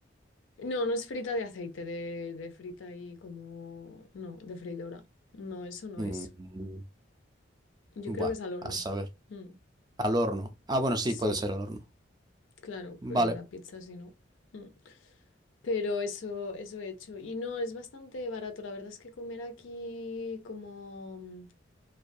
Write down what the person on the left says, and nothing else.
No, no es frita de aceite, de, de frita y como. No, de freidora. No, eso no
es. Yo
creo que es al horno.
Mm,
Sí,
claro, porque
con la pizza si no. Mm. Pero eso, eso he hecho. Y no, es bastante barato. La verdad es que comer aquí como.